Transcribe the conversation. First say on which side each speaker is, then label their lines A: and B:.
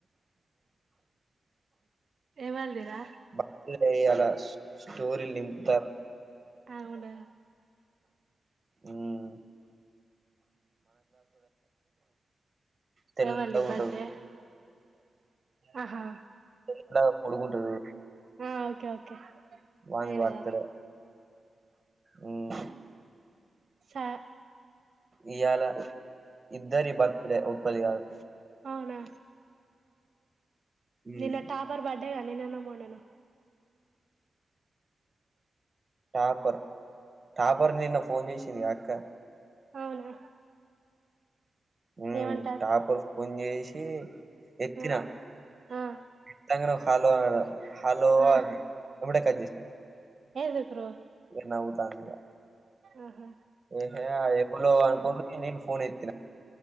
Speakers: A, on the right; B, on the right.
A: ఎవరిది రా
B: బర్త్డే ఇయాల స్టోరీలు నింపుతారు
A: అవుడా
B: ఉమ్ తెల్లగా
A: ఎవలది బర్త్డే
B: ఉంటాడు
A: ఆహా
B: తెల్లగా పొడుగుంటాడు
A: ఆ ఓకే ఓకే
B: వాని
A: అయినద
B: బర్త్డే మ్మ్
A: స
B: ఇయాళ ఇద్దరి బర్త్డే ఒక్కళది కాదు
A: అవునా
B: మ్మ్
A: నిన్న టాపర్ బడ్ డే గా నిన్ననో మొన్ననో
B: టాపర్ టాపర్ నిన్న ఫోన్ చేసింది గా అక్క
A: అవునా
B: ఉమ్
A: ఏమంటారు
B: టాపర్ ఫోన్ చేసి ఎత్తిన
A: ఆ ఆ
B: ఎత్తంగానే హలో అని హలో
A: ఆ
B: అంది అప్పుడే కట్ చేసిన
A: ఎందుకురో
B: నవుతాంది ఇగ
A: ఆహా
B: ఏహే అ ఏవుల్లో అనుకోని నేను ఫోన్ ఎత్తిన